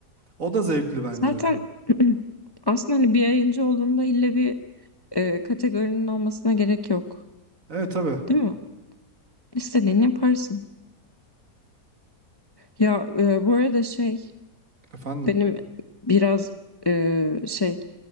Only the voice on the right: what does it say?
O da zevkli bence.
Evet tabii.
Efendim.